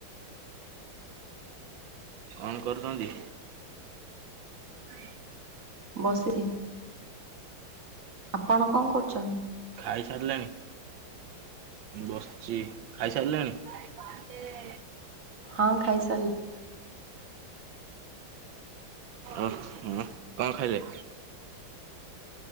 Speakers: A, on the right; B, on the right.
A: କଣ କରୁଛନ୍ତି? ହ
B: ବସିଇରି। ଆପଣ କଣ କରୁଛନ୍ତି?
A: ଖାଇସାରିଲେଣି? ବସଚି ଖାଇସାରିଲେନି।
B: ହଁ ଖାଇଚି।
A: ଓ ହ କଣ ଖାଇଲେ?